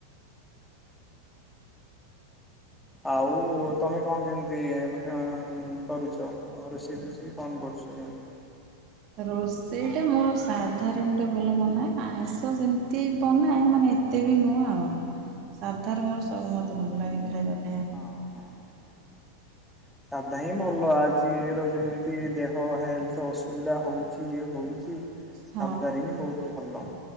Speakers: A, in the centre; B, on the right.
A: ଆଉ ତମେ କଣ କେମତି <unintelligible> କରୁଛ? ଅ ରୋଷେଇ ଫୋଷେଇ କଣ କରୁଛ? <unintelligible>
B: ରୋଷେଇଟା ମୋର ସାଧାରେ ମୁଁ ଟିକେ ଭଲ ବନାଏ ଆଇଁଷ ସେମତି ବନାଏ ମାନେ ଏ ତେ ବି ନୁହଁ ଆଉ ସାଧାରେ ମୋର ସବୁ ମତେ ଭଲ ଲାଗେ ଖାଇବାକୁ।
A: ହଁ ହଁ। <inaudible> ସାଧା ହିଁ ଭଲ ଆଜିର ଯେମିତି ଦେହ ହେଲଥ ଅସୁବିଧା ହଉଚି ଇଏ ହଉଚି। ସାଧାରେ
B: ହଁ।
A: ହିଁ ବହୁତ ଭଲ।